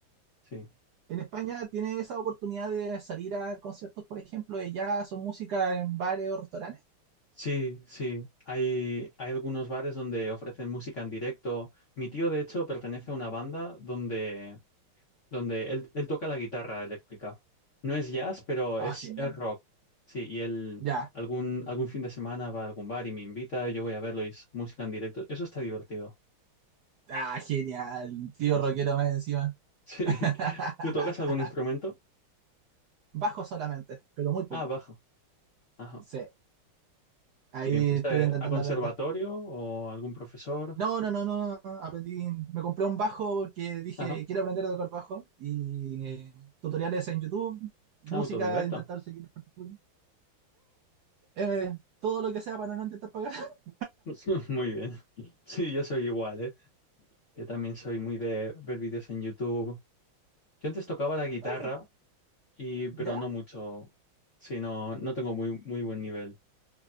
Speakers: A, on the left; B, on the right.
A: Sí,
B: En España tienes esa oportunidad de salir a conciertos, por ejemplo, de jazz o música en bares o restaurantes.
A: sí, sí. Hay, hay algunos bares donde ofrecen música en directo. Mi tío, de hecho, pertenece a una banda donde, donde él, él toca la guitarra eléctrica. No es jazz, pero
B: Oh,
A: es,
B: genial.
A: es rock. Sí, y él
B: Ya.
A: algún, algún fin de semana va a algún bar y me invita, y yo voy a verlo y es música en directo. Eso está divertido.
B: Ah, genial. Tío
A: Sí,
B: rockero
A: sí.
B: más encima.
A: Sí.
B: <laughs>
A: <laughs> ¿Tú tocas algún instrumento?
B: Bajo solamente, pero muy poco.
A: Ah, bajo. Ajá.
B: Sí, ahí
A: ¿Qué bien? ¿Fuiste
B: estoy intentando
A: a conservatorio
B: aprender.
A: o algún profesor?
B: No, no, no, no, no, aprendí, me compré un bajo porque dije,
A: Ajá.
B: quiero aprender a tocar bajo y eh, tutoriales en YouTube, música,
A: Autodidacta.
B: intentar seguir partitura, eh, todo lo que sea para no intentar pagar. <laughs>
A: <laughs> Muy bien. Sí, yo soy igual, ¿eh? Yo también soy muy de ver vídeos en YouTube. Yo antes tocaba la guitarra
B: Oye,
A: y pero
B: ¿ya?
A: no mucho. Sí, no, no tengo muy, muy buen nivel.